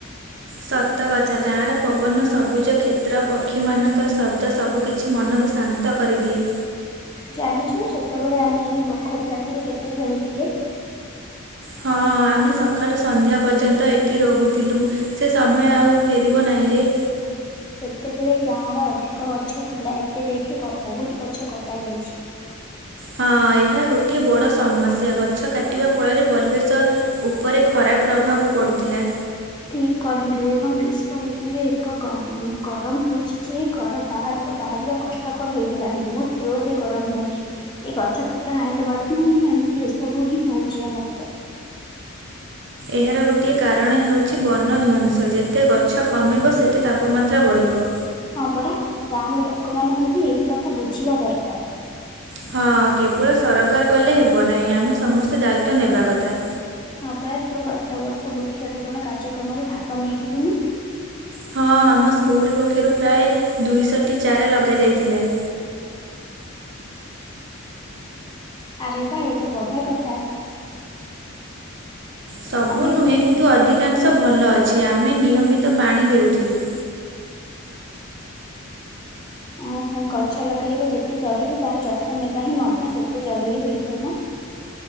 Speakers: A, on the right; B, on the left.
A: ସତକଥା ଗାଁର ପବନ ସବୁଜ କ୍ଷେତ୍ର ପକ୍ଷୀମାନଙ୍କର ଶବ୍ଦ ସବୁକିଛି ମନକୁ ଶାନ୍ତ ନ୍ତ କରିଦିଏ।
B: ଜାଣିଛୁ ଛୋଟବେଳେ ଆମେ ଏଇ ପୋଖରୀ ପାଖରେ କେତେ ଖେଳୁଥିଲେ?
A: ହଁ ଆମେ ସକାଳୁ ସନ୍ଧ୍ୟା ପର୍ଯ୍ୟନ୍ତ ଏଠି ରହୁଥିଲୁ। ସେ ସମୟ ଆଉ ଫେରିବ ନାହିଁ ରେ।
B: ସେତେବେଳେ ଗାଁରେ ଅଧିକ ଗଛ ଥିଲା। ଏବେ ଦେଖ ଗ ବହୁତ ଗଛ କଟାଯାଇଛି।
A: ହଁ ଏହା ଗୋଟିଏ ବଡ ସମସ୍ୟା ଗଛ କାଟିବା ଫଳରେ ପରିବେଶ ଉପରେ ଖରାପ ପ୍ରଭାବ ପଡ଼ୁଥିଲା।
B: ଠିକ କହିଲୁ ଏବଂ ଗ୍ରୀଷ୍ମ ଋତୁରେ ଏକ ଗମ୍ ଗରମ ହେଉଛି। ଯେ ଘର ବାହାରକୁ ବାହାରିବା କଷ୍ଟକର ହେଇଗଲାଣି। ବହୁତ ଜୋର ରେ ଗରମ ହଉଛି। ଏଇ ଗଛ ପତ୍ର ହାଣିଦବା ଠୁ ହିଁ ଏମିତି ଏସବୁ ହିଁ ହଉଛି ଆମ ଭିତରେ।
A: ଏହାର ଗୋଟିଏ କାରଣ ହେଉଛି ବଣଧ୍ୱଂସ ଯେତେ ଗଛ କମିବ ସେତେ ତାପମାତ୍ରା ବଢ଼ିବ।
B: ହଁ ପରା ଗାଁ ର ଲୋକମାନେ ମଧ୍ୟ ଏହି କଥା ବୁଝିବା ଦରକାର।
A: ହଁ କେବଳ ସରକାର କଲେ ହେବ ନାହିଁ। ଆମେ ସମସ୍ତେ ଦାୟିତଵ ନେବା କଥା।
B: ହଁ ପରା ତୁ ଗତ ବର୍ଷ ବୃକ୍ଷରୋପଣ କାର୍ଯ୍ୟକ୍ରମରେ ଭାଗ ନେଇଥିଲୁନୁ।
A: ହଁ ଆମ ସ୍କୁଲ ପକ୍ଷରୁ ପ୍ରାୟ ଦୁଇଶହଟି ଚାରା ଲଗାଯାଇଥିଲା।
B: ଆରେ ବା ଏତ ବଢିଆ କଥା।
A: ସବୁ
B: ଆମେ
A: ନୁହେଁ କିନ୍ତୁ ଅଧିକାଂଶ ଭଲ ଅଛି ଆମେ ନିୟମିତ ପାଣି ଦେଉଥିଲୁ।
B: ଓହୋ ଗଛ ଲଗାଇବା ଯେତେ ଜରୁରୀ ତାର ଯତ୍ନ ନେବା ହିଁ ମଧ୍ୟ ସେତେ ଜରୁରୀ ହୋଇଥାଏ ନା।